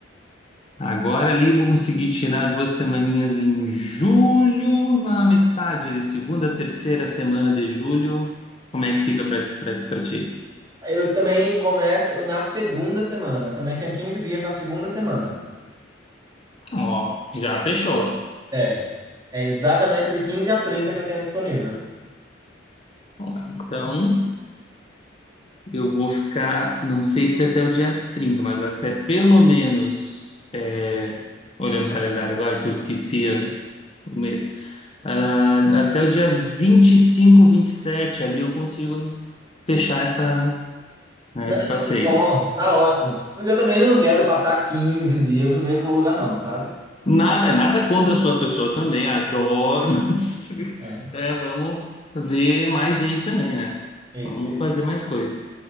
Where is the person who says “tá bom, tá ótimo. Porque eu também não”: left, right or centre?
Right